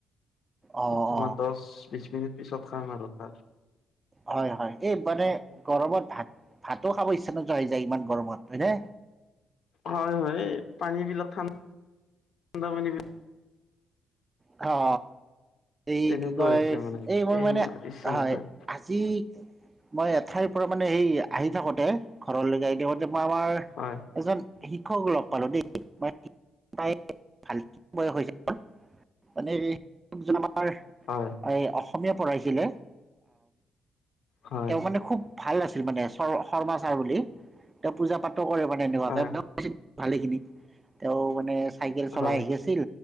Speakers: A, on the right (about 25°); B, on the left (about 65°).
A: অ
B: তোমাৰ
A: অ
B: দহ বিশ মিনিট পিছত খাম আৰু ভাত।
A: হয় হয় এই মানে। গৰমত ভাত ভাতো খাব ইচ্ছা নোযোৱা হৈ যায় ইমান গৰমত হয় নে।
B: হয় হয় পানী বিলাক ঠাণ্ ঠাণ্ডা পানী বিলাক।
A: অ। এই
B: তেনেকুৱা
A: কি কয়
B: হৈছে মানে
A: এই মই মানে
B: ইচ্ছা
A: হয়
B: নাযায়
A: আজি। মই এঠাইৰ পৰা মানে এই আহি থাকোঁতে ঘৰলৈকে আহি থাকোতে মই আমাৰ
B: হয়
A: এজন। শিক্ষক লগ পালো দেই মই পায় ভাল বয়স হৈছে। মানে এই য আমাৰ।
B: হয়।
A: এই অসমীয়া পঢ়ইছিলে
B: হয়
A: তেওঁ মানে খুব। ভাল আছিল মানে চৰ শৰ্মা ছাৰ বুলি তেওঁ পূজা পাতো কৰে মানে এনেকুৱাকে।
B: হয়
A: ভালেখিনি তেওঁ মানে চাইকেল চলাই
B: হয়
A: আহি আছিল